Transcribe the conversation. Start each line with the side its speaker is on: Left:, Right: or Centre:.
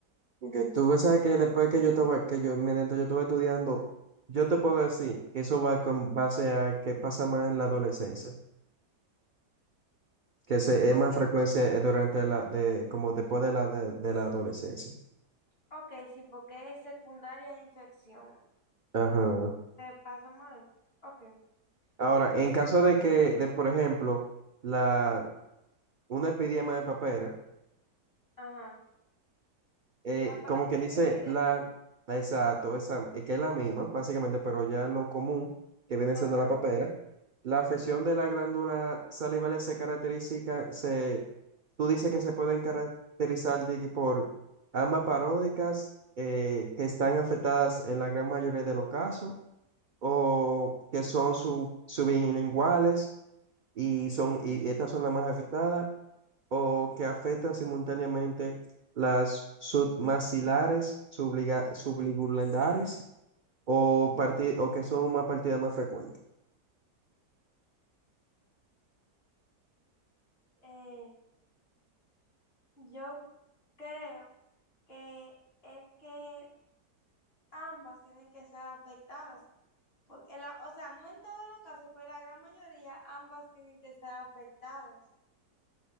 Right: Y Que tú ves, sabes que después que yo estaba, que yo, mientras yo estuve estudiando, yo te puedo decir que eso va con base a que pasa más en la adolescencia, que se,
Left: Ok,
Right: es más frecuencia eh, durante la, de, como después de la, de, de la adolescencia.
Left: ok, sí, porque es secundaria a infección.
Right: Ajá.
Left: ¿Te pasa mal? Ok,
Right: Ahora, en caso de que, de, por ejemplo, la, una epidemia de papera,
Left: ajá.
Right: eh,
Left: La parotiditis
Right: como quien dice,
Left: epidémica,
Right: la, la exacto, esa, es que es la misma, básicamente, pero ya lo común que viene
Left: ajá.
Right: siendo la papera, la afección de la glándula salival se caracteriza, se, tú dices que se pueden caracterizar de que por ambas paródicas eh, que están afectadas en la gran mayoría de los casos o que son sub, sublinguales y son y estas son las más afectadas o que afectan simultáneamente las submaxilares, subliga- subligulares o, parti- o que son una partida más frecuente.
Left: Eh, yo creo que es que ambas tienen que ser afectadas. Porque la, o sea, no en todos los casos, pero la gran mayoría, ambas tienen que estar afectadas,